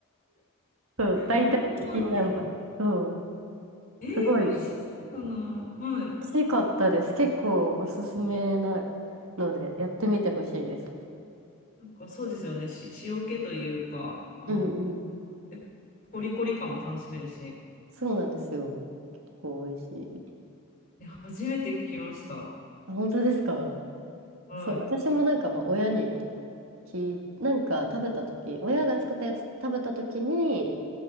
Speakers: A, on the right; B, on the left.
A: そう、大体チキン南蛮。
B: なるほど。<laughs> えー、
A: そう、
B: えー、
A: すごい美
B: 美味しそうだな。はい。
A: 味しかったです。結構おすすめなので、やってみてほしいです。
B: なんかそうですよね。し、塩気というか、あの、
A: うんうん。
B: でコリコリ感も楽しめるし。
A: そうなんですよ。結構美味しい。
B: いや、初めて聞きました。
A: あ、本当ですか
B: はい。
A: そう、私もなんかもう親に聞い、なんか食べた時親が作ったやつ食べた時に、